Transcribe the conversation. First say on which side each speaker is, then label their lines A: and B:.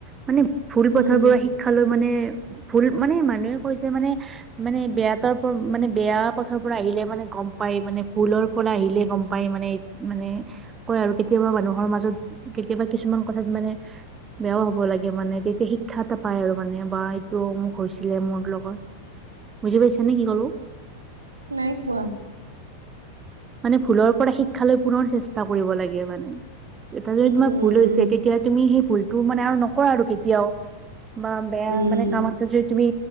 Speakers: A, on the right; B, on the right.
A: মানে ভুল
B: উম
A: পথৰ পৰা শিক্ষা লৈ মানে ভুল মানে মানুহে কৈছে মানে মানে বেয়া তাৰ মানে বেয়া পথৰ পৰা আহিলে মানে গম পায় মানে ভুলৰ পৰা আহিলে গম পায় মানে। মানে কয় আৰু কেতিয়াবা মানুহৰ মাজত কেতিয়াবা কিছুমান কথাত মানে বেয়াও হ'ব লাগে মানে তেতিয়া শিক্ষা এটা পাই আৰু মানে বা এইটো মোক হৈছিলে মোৰ লগত। বুজি পাইছা নে কি কলো।
B: নাই পোৱা।
A: মানে ভুলৰ পৰা শিক্ষালৈ পুনৰ চেষ্টা কৰিব লাগে মানে। এটা যদি
B: উম
A: তোমাৰ
B: উম
A: ভুল হৈছে
B: উম
A: তেতিয়া তুমি সেই ভুলটো মানে আৰু নকৰা আৰু কেতিয়াও। বা বেয়া
B: উম
A: মানে কাম এটা যদি তুমি